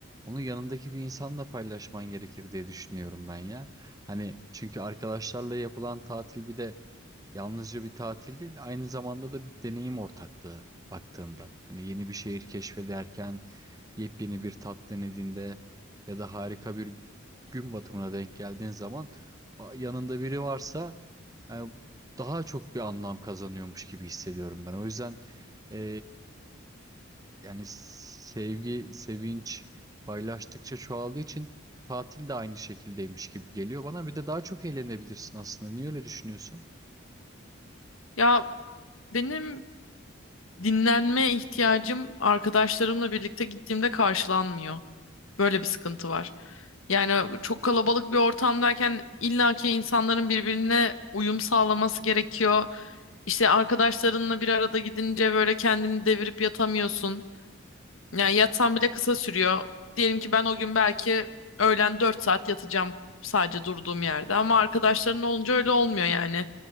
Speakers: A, on the right; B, on the left.
A: onu yanındaki bir insanla paylaşman gerekir diye düşünüyorum ben ya. Hani çünkü arkadaşlarla yapılan tatil bir de Yalnızca bir tatil değil, aynı zamanda da bir deneyim ortaklığı baktığında. Hani yeni bir şehir keşfederken, yepyeni bir tat denediğinde ya da harika bir gün batımına denk geldiğin zaman a- yanında biri varsa e, daha çok bir anlam kazanıyormuş gibi hissediyorum ben. O yüzden e, yani sevgi, sevinç paylaştıkça çoğaldığı için tatil de aynı şekildeymiş gibi geliyor bana. Bir de daha çok eğlenebilirsin aslında. Niye öyle düşünüyorsun?
B: Ya benim dinlenme ihtiyacım arkadaşlarımla birlikte gittiğimde karşılanmıyor. Böyle bir sıkıntı var. Yani çok kalabalık bir ortamdayken illaki insanların birbirine uyum sağlaması gerekiyor. İşte arkadaşlarınla bir arada gidince böyle kendini devirip yatamıyorsun. Yani yatsam bile kısa sürüyor. Diyelim ki ben o gün belki öğlen 4 saat yatacağım sadece durduğum yerde. Ama arkadaşların olunca öyle olmuyor yani.